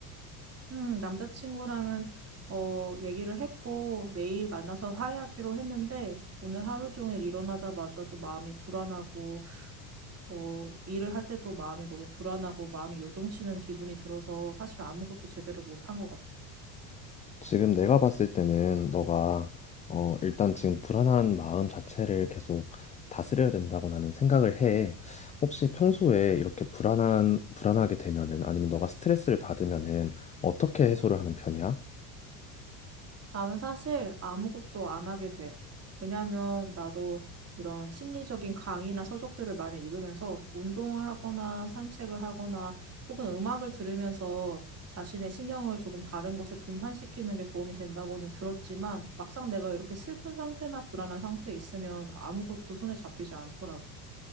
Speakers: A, on the right; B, on the left.
A: 음, 남자친구랑은 어, 얘기를 했고 내일 만나서 화해하기로 했는데 오늘 하루 종일 일어나자마자도 마음이 불안하고 어, 일을 할 때도 마음이 너무 불안하고 마음이 요동치는 기분이 들어서 사실 아무것도 제대로 못한 것 같아.
B: 지금 내가 봤을 때는 너가 어 일단 지금 불안한 마음 자체를 계속 다스려야 된다고 나는 생각을 해. 혹시 평소에 이렇게 불안한 불안하게 되면은 아니면 너가 스트레스를 받으면은 어떻게 해소를 하는 편이야?
A: 나는 사실 아무것도 안 하게 돼. 왜냐면 나도 이런 심리적인 강의나 서적들을 많이 읽으면서 운동을 하거나 산책을 하거나 혹은 음악을 들으면서 자신의 신경을 조금 다른 곳에 분산시키는 게 도움이 된다고는 들었지만 막상 내가 이렇게 슬픈 상태나 불안한 상태에 있으면 아무것도 손에 잡히지 않더라고.